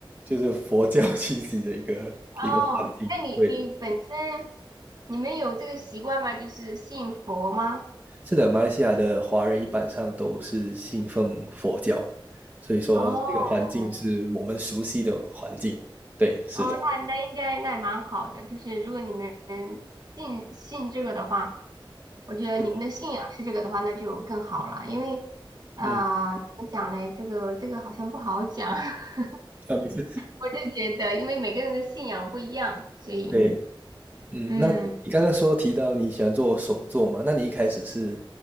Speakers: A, on the right; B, on the right.
A: 就是佛教气息的一个一个环境。
B: 哦，那你你本身
A: 对，
B: 你们有这个习惯吗？就是信佛吗？
A: 是的，马来西亚的华人一般上都是信奉佛教，所以说这个环境是我们熟悉的环境。
B: 哦
A: 对，是的，
B: 哦，那那应该那蛮好的，就是如果你们信信这个的话，我觉得你们的信仰是这个的话，
A: 是的
B: 那就更好了，因为啊、
A: 嗯，
B: 怎么讲嘞？这个这个好像不好讲，<laughs>
A: 啊，没事，
B: 我就觉得因为每个人的信仰不一样，所以。
A: 对。嗯，
B: 嗯，
A: 那你刚刚说提到你喜欢做手作嘛？那你一开始是